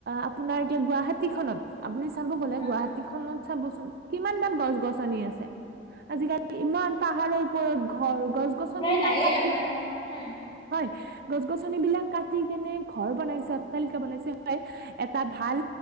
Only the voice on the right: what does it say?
আপোনাৰ এতিয়া গুৱাহাটী খনত, আপুনি চাব গ'লে
গুৱাহাটী খনত। চাবচোন কিমান দাল গছ গছনি আছে। আজিকালি ইমান পাহাৰৰ ওপৰত ঘৰ গছ-গছনি
বিলাক
কাটি,
হয় গছ-গছনি বিলাক কাটি কেনে ঘৰ বনাইছে, অট্টালিকা বনাইছে হয়। এটা ভাল